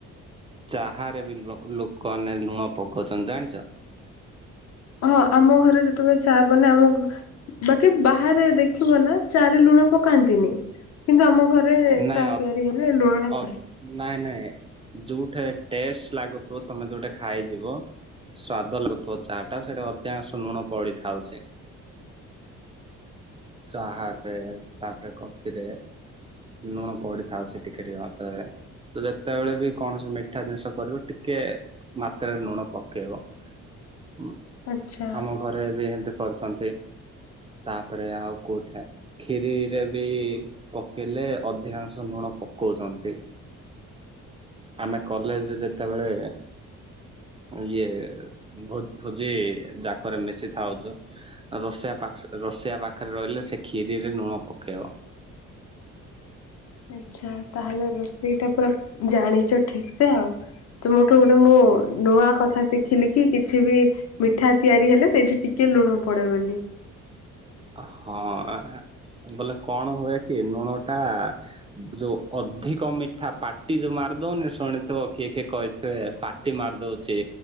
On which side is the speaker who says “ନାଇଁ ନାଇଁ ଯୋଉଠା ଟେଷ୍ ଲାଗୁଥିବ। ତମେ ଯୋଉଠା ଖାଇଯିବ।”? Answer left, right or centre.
Right